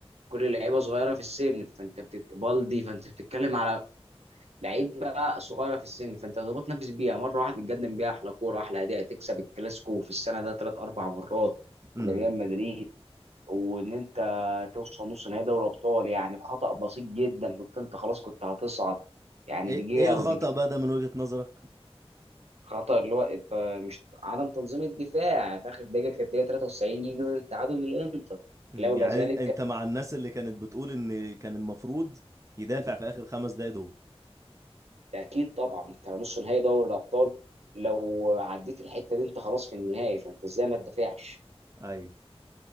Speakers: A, on the right (about 85°); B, on the right (about 30°).
A: كل لعيبه صغيره في السن فانت بتت... بالدي فانت بتتكلم على لعيبه صغيره في السن فانت تقدر تنافس بيها مره واحده تقدم بيها احلى كوره احلى اداء تكسب الكلاسيكو في السنه ده ثلاث اربع مرات
B: امم
A: لريال مدريد وان انت توصل نص نهائي دوري ابطال يعني بخطا بسيط جدا كنت انت خلاص كنت هتصعد يعني
B: ايه
A: دقيقه
B: ايه الخطأ
A: او دقيقه
B: بقى ده من وجهة نظرك
A: خطا اللي هو انت مش عدم تنظيم الدفاع في اخر دقيقه كانت هي 93 يجي التعادل للانتر
B: امم،
A: لولا
B: يعني
A: ذلك
B: انت مع الناس اللي كانت بتقول ان كان المفروض يدافع في اخر خمس دقايق دول
A: اكيد طبعا انت نص نهائي دوري الابطال لو عديت الحته دي انت خلاص في النهائي فانت ازاي ما تدافعش
B: ايوه